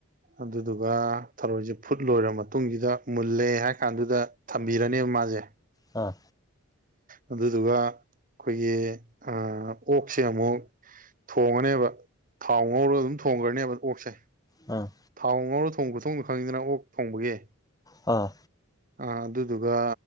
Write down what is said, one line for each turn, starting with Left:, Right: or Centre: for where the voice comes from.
Right: ꯑꯗꯨꯗꯨꯒ ꯊꯔꯣꯏꯁꯦ ꯐꯨꯠ ꯂꯣꯏꯔ ꯃꯇꯨꯡꯁꯤꯗ ꯃꯨꯜꯂꯦ ꯍꯥꯏ ꯀꯥꯟꯗꯨꯗ ꯊꯝꯕꯤꯔꯅꯦꯕ ꯃꯥꯁꯦ
Left: ꯑꯥ
Right: ꯑꯗꯨꯗꯨꯒ ꯑꯩꯈꯣꯏꯒꯤ ꯑꯣꯛꯁꯦ ꯑꯃꯨꯛ ꯊꯣꯡꯉꯅꯦꯕ ꯊꯥꯎ ꯉꯧꯔꯒ ꯑꯗꯨꯝ ꯊꯣꯡꯈ꯭ꯔꯅꯦꯕ ꯑꯣꯛꯁꯦ
Left: ꯑꯝ
Right: ꯊꯥꯎ ꯉꯧꯔ ꯊꯣꯡꯕ ꯄꯨ ꯊꯣꯡꯅ ꯈꯪꯉꯤꯗꯅ ꯑꯣꯛ ꯊꯣꯡꯕꯒꯤ
Left: ꯑꯥ
Right: ꯑꯗꯨꯗꯨꯒ